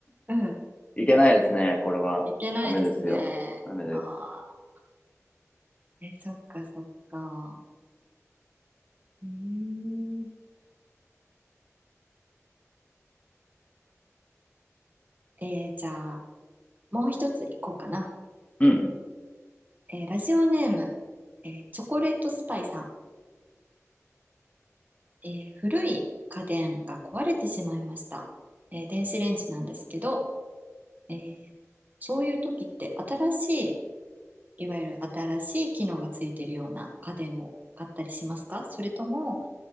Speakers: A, on the right; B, on the left.
A: うん。
B: いけないですね。これは。
A: いけないですね。
B: ダメですよ。ダメです。
A: ああ。え、そっかそっか。うーん、えーじゃあ。もう一ついこうかな。
B: うん。
A: えーラジオネーム、えーチョコレートスパイさん。えー古い家電が壊れてしまいました。えー電子レンジなんですけど、えーそういう時って新しい、いわゆる新しい機能がついてるような家電を買ったりしますかそれとも、